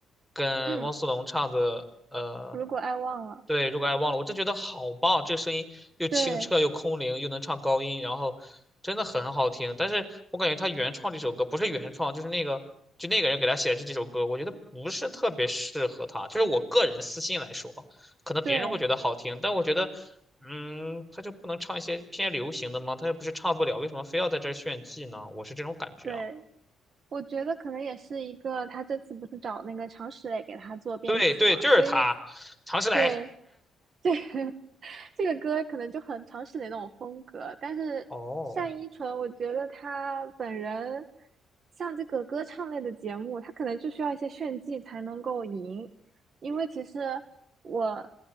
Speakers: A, in the centre; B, on the right.
A: 跟汪苏泷唱的呃，
B: 嗯，如果爱忘了，
A: 对，如果爱忘了，我真觉得好棒，这个声音又清澈又空灵，
B: 对
A: 又能唱高音，然后真的很好听。但是我感觉她原创这首歌不是原创，就是那个就那个人给她写的这几首歌，我觉得不是特别适合她，就是我个人私心来说。可能别人会觉得好听，
B: 对
A: 但我觉得，嗯，他就不能唱一些偏流行的吗？他又不是唱不了，为什么非要在这儿炫技呢？我是这种感觉啊。
B: 对。我觉得可能也是一个，他这次不是找那个常石磊给他做编曲嘛，
A: 对对，就是他，
B: 所以
A: 常石磊。
B: 对这个 <laughs> 这个歌可能就很常石磊那种风格。但是单依纯，
A: 哦
B: 我觉得他本人像这个歌唱类的节目，他可能就需要一些炫技才能够赢。因为其实我